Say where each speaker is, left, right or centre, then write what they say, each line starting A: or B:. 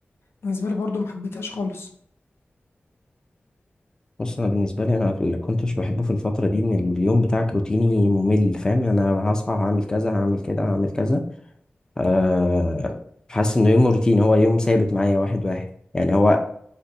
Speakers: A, on the left (about 70°); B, on the left (about 20°).
A: بالنسبه لي برضو ما حبيتهاش خالص
B: بص انا بالنسبه لي انا اللي كنتش بحبه في الفتره دي ان اليوم بتاعك روتيني ممل فاهم يعني انا هصحى هعمل كذا هعمل كده هعمل كذا أه حاسس انه يوم روتيني هو يوم ثابت معايا واحد واحد يعني هو